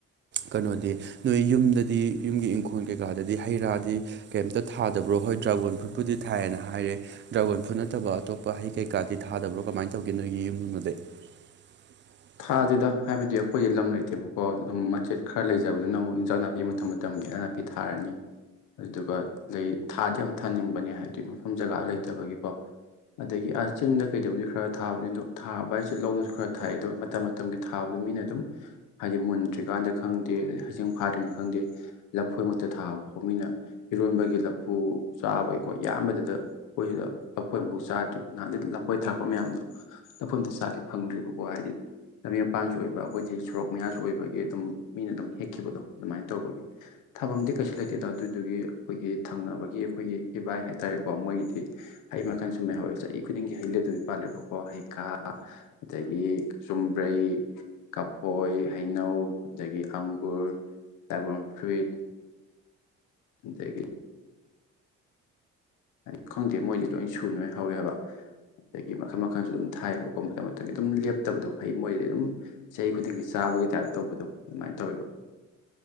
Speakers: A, on the right; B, on the left.
A: ꯀꯩꯅꯣꯗꯤ ꯅꯣꯏ ꯌꯨꯝꯗꯗꯤ ꯌꯨꯝꯒꯤ ꯏꯪꯈꯣꯜ ꯀꯩꯀꯥꯗꯗꯤ ꯍꯩ ꯔꯥꯗꯤ ꯀꯦꯝꯇ ꯊꯥꯗꯕ꯭ꯔꯣ ꯍꯣꯏ ꯗ꯭ꯔꯥꯒꯣꯟ ꯐ꯭ꯔꯨꯠꯄꯨꯗꯤ ꯊꯥꯏ ꯑꯅ ꯍꯥꯏꯔꯦ ꯗ꯭ꯔꯥꯒꯣꯟ ꯐ꯭ꯔꯨꯠ ꯅꯠꯇꯕ ꯑꯇꯣꯞꯄ ꯍꯩ ꯀꯩꯀꯥꯗꯤ ꯊꯥꯗꯕ꯭ꯔꯣ ꯀꯃꯥꯏꯟ ꯇꯧꯒꯦ ꯅꯣꯏꯒꯤ ꯌꯨꯝ ꯗꯗꯤ <inaudible>
B: ꯊꯥꯗꯦꯗꯥ ꯍꯥꯏꯕꯗꯤ ꯑꯩꯈꯣꯏꯖꯦ ꯂꯝ ꯂꯩꯇꯦꯕꯀꯣ ꯑꯗꯨꯝ ꯃꯆꯦꯠ ꯈ꯭ꯔ ꯂꯩꯖꯕꯗꯨꯅ ꯑꯃꯨꯛ ꯏꯟꯖꯥꯡ ꯅꯥꯄꯤ ꯃꯇꯝ ꯃꯇꯝꯒꯤ ꯑꯩꯅ ꯄꯤ ꯊꯥꯔꯅꯤ ꯑꯗꯨꯗꯨꯒ ꯂꯩ ꯊꯥꯗꯤ ꯌꯥꯝ ꯊꯥꯅꯤꯡꯕꯅꯦ ꯍꯥꯏꯕꯗꯤ ꯃꯐꯝ ꯖꯒꯥ ꯂꯩꯇꯕꯒꯤꯀꯣ ꯑꯗꯒꯤ ꯑꯥ ꯆꯤꯡꯗ ꯀꯩꯗꯕꯨꯗꯤ ꯈꯔ ꯊꯥꯕꯅꯦ ꯗꯣ ꯊꯥꯕ ꯍꯥꯏꯁꯦ ꯂꯧꯗꯁꯨ ꯈꯔ ꯊꯥꯏ ꯑꯗꯣ ꯃꯇꯝ ꯃꯇꯝꯒꯤ ꯊꯥꯕꯗ ꯃꯤꯅ ꯑꯗꯨꯝ ꯍꯥꯏꯗꯤ ꯃꯨꯟꯗ꯭ꯔꯤꯀꯥꯟꯗ ꯈꯪꯗꯦ ꯑꯗꯩ ꯍꯩꯖꯤꯡ ꯐꯥꯗ꯭ꯔꯤꯅꯤ ꯈꯪꯗꯦ ꯂꯐꯣꯏꯃꯛꯇ ꯊꯥꯕ ꯐꯣ ꯃꯤꯅ ꯏꯔꯣꯟꯕꯒꯤ ꯂꯐꯨ ꯆꯥꯕꯩꯀꯣ ꯌꯥꯟꯕꯗꯗ ꯈꯣꯏꯖꯤꯗ ꯂꯐꯣꯏ ꯑꯝꯐꯣꯛ ꯆꯥꯗ꯭ꯔꯤ ꯅꯍꯥꯟꯗꯩ ꯂꯐꯣꯏ ꯊꯥꯔꯛꯄ ꯃꯌꯥꯝꯗꯣ ꯂꯐꯣꯏ ꯑꯝꯇ ꯆꯥꯒꯦ ꯐꯪꯗ꯭ꯔꯤꯕ ꯋꯥ ꯍꯥꯏꯗꯤ ꯂꯝꯕꯤ ꯃꯄꯥꯟꯁꯨ ꯑꯣꯏꯕ ꯑꯈꯣꯏꯗꯤ ꯁꯣꯔꯣꯛ ꯃꯌꯥꯁꯨ ꯑꯣꯏꯕꯒꯤ ꯑꯗꯨꯝ ꯃꯤꯅ ꯗꯨꯝ ꯍꯦꯛꯈꯤꯕꯗꯣ ꯑꯗꯨꯃꯥꯏꯟ ꯇꯧꯕꯒꯤ ꯊꯥꯕꯝꯗꯤ ꯀꯩꯁꯨ ꯂꯩꯇꯦꯗꯥ ꯑꯗꯨꯗꯨꯒꯤ ꯈꯣꯏꯒꯤ ꯊꯪꯅꯕꯒꯤ ꯑꯈꯣꯏꯒꯤ ꯏꯚꯥꯏ ꯍꯥꯏꯇꯥꯔꯦꯀꯣ ꯃꯣꯏꯒꯤꯗꯤ ꯍꯩ ꯃꯈꯟ ꯁꯨꯅ ꯍꯧꯋꯦ ꯆꯍꯤ ꯈꯨꯗꯤꯡꯒꯤ ꯍꯩ ꯂꯦꯞꯇꯕꯤ ꯄꯥꯜꯂꯦꯕꯀꯣ ꯍꯩꯈꯥ ꯑꯗꯩ ꯗꯤ ꯆꯨꯝꯕ꯭ꯔꯩ ꯀꯐꯣꯏ ꯍꯩꯅꯧ ꯑꯗꯒꯤ ꯑꯪꯒꯨꯔ ꯗ꯭ꯔꯥꯒꯣꯟ ꯐ꯭ꯔꯨꯏꯠ ꯑꯗꯒꯤ ꯍꯥꯏ ꯈꯪꯗꯦ ꯃꯣꯏꯗꯤ ꯂꯣꯏ ꯁꯨꯅ ꯂꯣꯢ ꯍꯧꯋꯦꯕꯥ ꯑꯗꯒꯤ ꯃꯈꯟ ꯃꯈꯟꯁꯨ ꯑꯗꯨꯝ ꯊꯥꯏꯌꯦꯕꯀꯣ ꯃꯇꯝ ꯃꯇꯝꯒꯤ ꯑꯗꯨꯝ ꯂꯦꯞꯇꯕꯗꯣ ꯍꯩ ꯃꯣꯏꯗꯤ ꯑꯗꯨꯝ ꯆꯍꯤ ꯈꯨꯗꯤꯡꯒꯤ ꯆꯥꯕꯒꯤ ꯇꯥꯏꯞ ꯇꯧꯕꯗꯣ ꯑꯗꯨꯃꯥꯏꯟ ꯇꯧꯋꯦꯕ